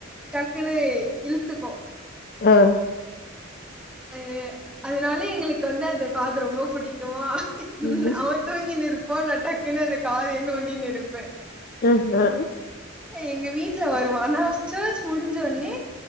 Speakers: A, in the centre; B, on the left.
A: டக்குனு இல்த்துகு
B: ஆஹ்
A: அஹ் அதனாலயே எங்ளுகு வந்து அந்த காது ரொம்ப புடிக்குமா உம்
B: ம்ஹும்
A: அவ தூங்கினுருப் போன டக்குனு அந்த காலதயேனோண்டினு இருப்பே
B: அஹ் ஹ
A: எங்க வீட்ல வருவா ஆனா சேர்ச் முடிஞ்ச ஒனே